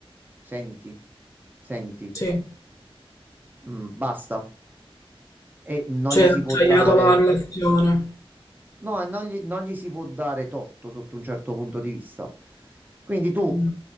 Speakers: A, on the right; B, on the left.
A: Senti, senti,
B: sì.
A: mm, basta. E non
B: Cioè,
A: gli
B: ha
A: si può
B: tagliato
A: dare
B: la relazione.
A: No, e non gli, non gli si può dare torto sotto un certo punto di vista. Quindi tu
B: Mm.